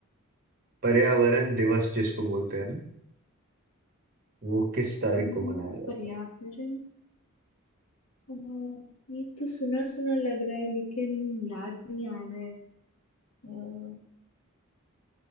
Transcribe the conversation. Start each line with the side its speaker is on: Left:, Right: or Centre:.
Right: पर्यावरण दिवस जिसको बोलते हैं ना वो किस तारीख
Left: हम्म,
Right: को मनाया जाता
Left: पर्यावरण
Right: है
Left: आ, ये तो सुना सुना लग रहा है लेकिन याद नहीं आ रहा है आ,